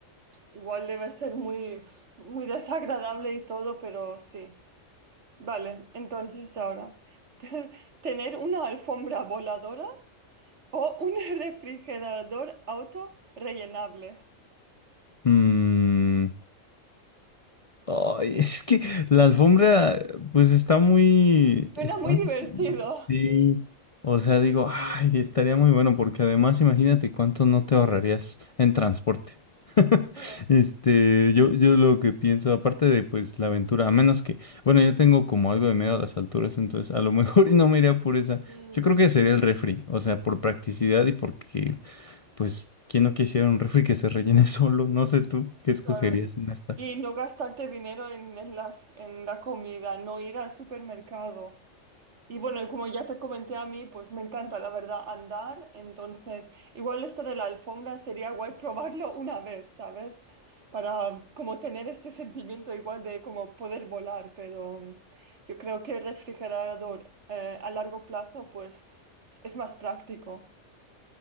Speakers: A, on the right; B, on the left.
A: Igual debe ser muy, uf, muy desagradable y todo, pero sí. Vale, entonces ahora, <laughs> ¿tener una alfombra voladora o un <laughs> refrigerador auto rellenable?
B: Mm, Ay, es que la alfombra, pues está muy,
A: Suena
B: está
A: muy
B: muy
A: divertido.
B: buena, sí. O sea, digo, ay, estaría muy bueno, porque además imagínate cuánto no te ahorrarías en transporte. <laughs>
A: Ah,
B: Este, yo, yo lo que pienso, aparte de pues la aventura, a menos que, bueno, yo tengo como algo de miedo a las alturas, entonces a lo mejor <laughs> y no me iría por esa.
A: mm,
B: Yo creo que sería el refri, o sea, por practicidad y porque, pues, ¿quién no quisiera un refri que se rellene <laughs> solo? No sé tú, ¿qué escogerías
A: claro, y,
B: en esta?
A: y no gastarte dinero en, en las, en la comida, no ir al supermercado. Y bueno, como ya te comenté a mí, pues me encanta, la verdad, andar. Entonces, igual esto de la alfombra sería guay probarlo una vez, ¿sabes? Para como tener este sentimiento igual de como poder volar, pero yo creo que el refrigerador eh, a largo plazo, pues es más práctico.